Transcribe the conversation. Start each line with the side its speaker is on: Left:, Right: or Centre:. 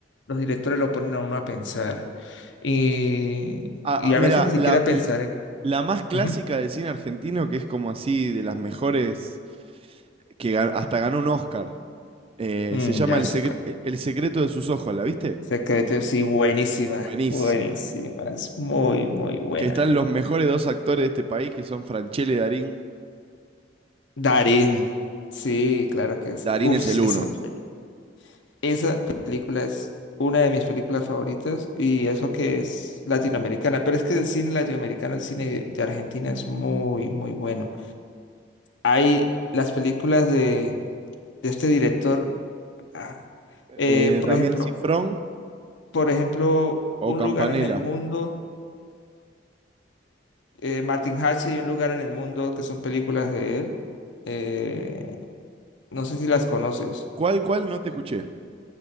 Left: los directores lo ponen a uno a pensar. Y,
Right: Ah,
Left: y
Right: ah,
Left: a
Right: mirá,
Left: veces ni siquiera
Right: la,
Left: pensar
Right: l-
Left: en...
Right: la más clásica
Left: Ujú.
Right: del cine argentino, que es como así de las mejores que ga- hasta ganó un Oscar. Eh,
Left: Mm,
Right: se llama
Left: ya
Right: El
Left: sé
Right: secre-
Left: cuál.
Right: El secreto de sus ojos, ¿la viste?
Left: Secreto, sí, buenísima,
Right: Buenísima.
Left: buenísima, es muy, muy buena.
Right: Que están los mejores dos actores de este país, que son Franchelle y Darín.
Left: Darín, sí, claro que sí.
Right: Darín
Left: Uf,
Right: es el uno.
Left: esa, peli- esa película es una de mis películas favoritas y eso que es latinoamericana, pero es que el cine latinoamericano, el cine de Argentina es muy, muy bueno. Hay las películas de, de este director, ah, eh,
Right: Eh,
Left: por
Right: Damián
Left: ejemplo,
Right: Cifrón
Left: por ejemplo,
Right: o
Left: Un
Right: Campanella.
Left: lugar en el mundo, eh, Martin Hatche y Un lugar en el mundo, que son películas de él. Eh, no sé si las conoces.
Right: ¿Cuál, cuál? No te escuché.